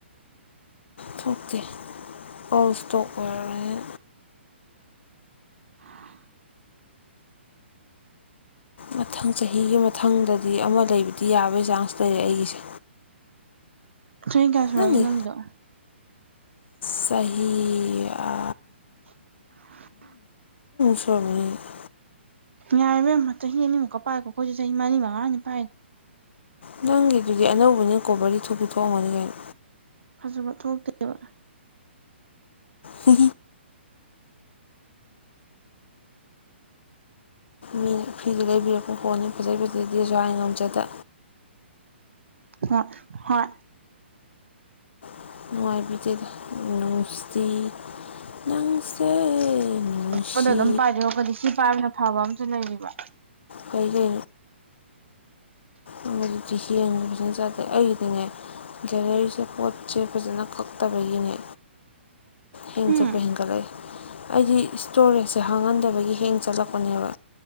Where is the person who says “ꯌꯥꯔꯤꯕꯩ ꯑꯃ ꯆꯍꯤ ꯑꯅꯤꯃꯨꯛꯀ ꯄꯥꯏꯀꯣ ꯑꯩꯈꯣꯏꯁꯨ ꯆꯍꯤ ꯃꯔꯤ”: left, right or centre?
Right